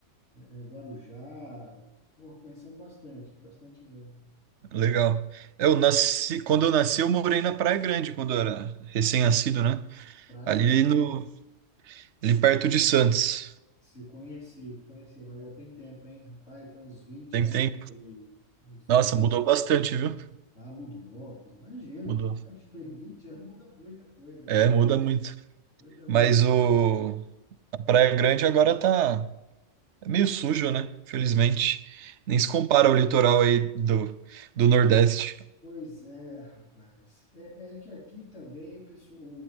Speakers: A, on the left; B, on the right.
A: é, Guarujá. Bom, conhecemos bastante, bastante mesmo.
B: Legal. Eu nasci, quando eu nasci, eu morei na Praia Grande, quando eu era recém-nascido, né?
A: Praia
B: Ali
A: Grande.
B: no, ali perto de Santos.
A: Se conheci, conheci, mas já tem tempo, hein? Rapaz, tem uns vinte
B: Tem
A: anos
B: tempo.
A: que foi ali. Uns
B: Nossa,
A: 20.
B: mudou bastante, viu?
A: Ah, mudou. Imagino.
B: Mudou.
A: Imagino, <laughs> Em 20 anos muda muita coisa,
B: É,
A: cara.
B: muda muito.
A: Muda
B: Mas
A: muita.
B: o a Praia Grande agora tá é meio sujo, né? Infelizmente. Nem se compara ao litoral aí do, do Nordeste.
A: Pois é, rapaz. É, é que aqui também pessoal, o,